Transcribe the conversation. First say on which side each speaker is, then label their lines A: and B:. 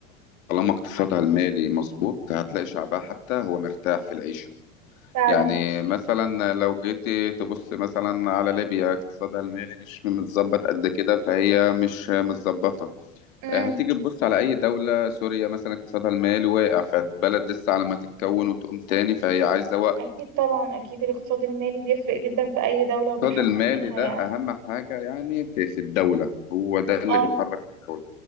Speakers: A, on the left; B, on the right.
A: طالما اقتصادها المالي مظبوط هتلاقي شعبها حتى هو مرتاح في العيشة
B: فعلا
A: يعني مثلا لو جيتي تبص مثلا على ليبيا اقتصادها المالي مش متظبط قد كده فهي مش متظبطة
B: امم
A: آه، هتيجي تبص على أي دولة سوريا مثلا اقتصادها المالي واقع فالبلد لسه على ما تتكون وتقوم تاني فهي عايزة وقت
B: اكيد طبعا اكيد الاقتصاد المالي بيفرق جدا في اي دولة وبيحسن
A: الاقتصاد المالي
B: منها
A: ده
B: يعني
A: أهم حاجة يعني في في الدولة هو ده اللي
B: اه
A: بيحرك الدولة